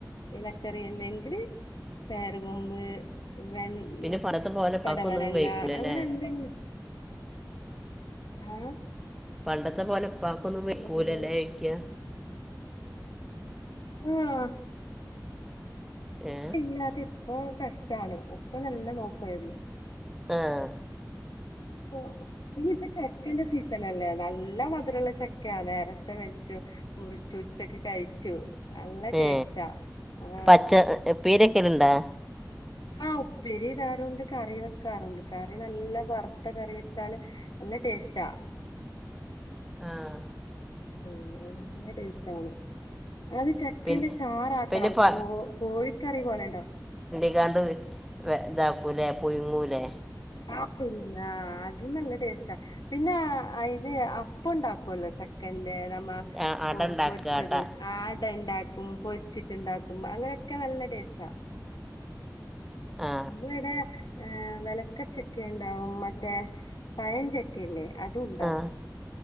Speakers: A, on the left; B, in the centre.
A: ഇലക്കറി അല്ലെങ്കില് പേര കൊമ്പ് വെ <unintelligible>
B: പിന്നെ പണ്ടത്തെ പോലെ ഉപ്പാക്കൊന്നും
A: പടവലങ്ങ
B: വയ്ക്കൂലല്ലേ
A: അങ്ങനെ എന്തെങ്കി ആഹ്
B: പണ്ടത്തെ പോലെ പ്പാക്കൊന്നും
A: പണ്ടത്തെ
B: വെയ്ക്കൂലല്ലേയ്ക്ക
A: പോലെ ആഹ
B: ഏ
A: ഇല്ല അതി ഇപ്പോ കഷ് <inaudible> ണ് ഉപ്പ നല്ല നോക്കായിരുന്നു
B: ആഹ
A: <inaudible> ഇനിയിപ്പ ചക്കന്റെ സീസണല്ലേ നല്ല മധുരള്ള ചക്കയാ നേര <inaudible> വൽച്ചു മുറിച്ചു ഉച്ചക്കെ കഴിച്ച <unintelligible> നല്ല ടേസ്റ്റാ
B: ഏ
A: ആഹ
B: പച്ച പീരക്കലുണ്ടാ
A: ആഹ ഉപ്പി <unintelligible> റുണ്ട് കറി വെക്കാറുണ്ട് കറി നല്ല വറുത്ത കറി വെച്ചാല് നല്ല ടേസ്റ്റ ആ
B: ആഹ
A: ആ നല്ല ട്ടേസ്റ്റാണ് അത് ചെക്കന്റെ
B: പിന്നെ
A: ചാറ ആക്കണം
B: പിന്നെ പ
A: കോ കോഴിക്കറി പോലെണ്ടോ
B: <unintelligible> ണ്ട് ഇതാക്കൂലേ പുയ്ങ്ങൂലേ
A: ആ അതും നല്ല ടേസ്റ്റാ പിന്നെ അയില് അപ്പണ്ടാക്കല്ലോ ചക്കന്റെ നമ്മ
B: ആ അട ഉണ്ടാക്കുക
A: പൊരിച്ചത്
B: അട
A: ആടണ്ടാക്ക പൊരിച്ചിട്ടുണ്ടാക്കും അങ്ങനൊക്കെ നല്ലടേസ്റ്റാ
B: ആ
A: നമ്മള ഇട ഹ വളക്കച്ചക്ക ഉണ്ടാവും മറ്റേ പഴഞ്ചക്കല്ലേ അതുണ്ടാവും
B: ആ